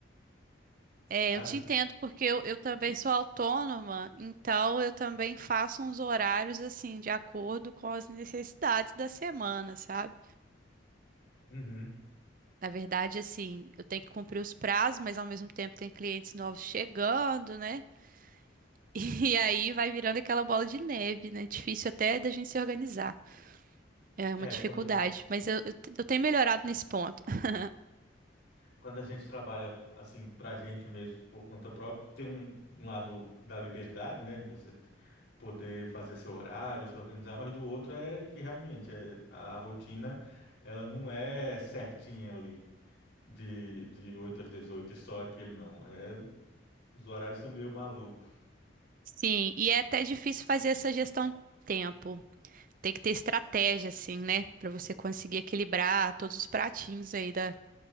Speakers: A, on the right; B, on the left.
A: É,
B: As...
A: eu te entendo porque eu, eu também sou autônoma, então eu também faço uns horários assim, de acordo com as necessidades da semana, sabe?
B: Uhum.
A: Na verdade, assim, eu tenho que cumprir os prazos, mas ao mesmo tempo tem clientes novos chegando, né? <laughs> E aí vai virando aquela bola de neve, né? Difícil até da gente se organizar. É
B: É,
A: uma dificuldade,
B: quando,
A: mas eu, eu, te- eu tenho melhorado nesse ponto. <laughs>
B: quando a gente trabalha assim para a gente mesmo por conta própria, tem um, um lado da liberdade, né, de você poder fazer seu horário, se organizar, mas do outro é que realmente é, a rotina ela não é certinha ali de, de 8 às 18 e só aquele não. É, os horários são meio malucos.
A: Sim, e é até difícil fazer essa gestão de tempo. Tem que ter estratégia, assim, né? Pra você conseguir equilibrar todos os pratinhos aí da,